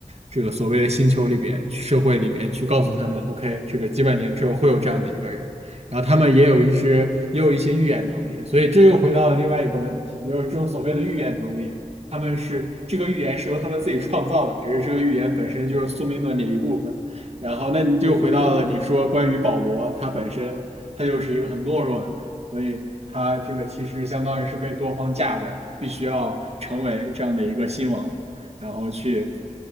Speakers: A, on the right; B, on the left.
A: 这个所谓的星球里边、社会里边去告诉他们，OK，这个几百年之后会有这样的一个人，然后他们也有一些也有一些预言能力，所以这又回到了另外一个问题，就是这种所谓的预言能力，他们是这个预言是由他们自己创造的，还是这个预言本身就是宿命论的一部分？然后那你就回到了你说关于保罗他本身，
B: 啊、哦我觉得
A: 他就是一个很懦弱的人。所以他这个其实相当于是被多方架着，必须要成为这样的一个新王，然后去